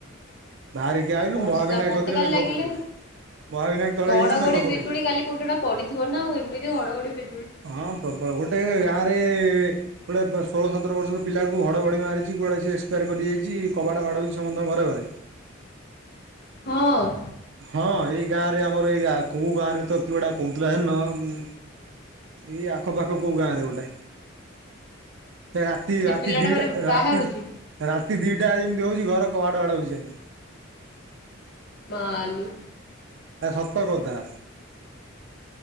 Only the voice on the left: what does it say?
ବର୍ଷା
ମତେ
କାଲି
ଲାଗିଲେ
ଘଡଘଡି
ବିଜୁଳି କାଲି କୋଉଠି ଗୋଟେ ପଡିଥିବ ନା ଆଉ ଏମିତି ହଡଘଡି ବି
ହଁ।
ସେ
ପିଲାଟା
ମାନେ ବାହାରୁଛି
ମାଁ ଲୋ।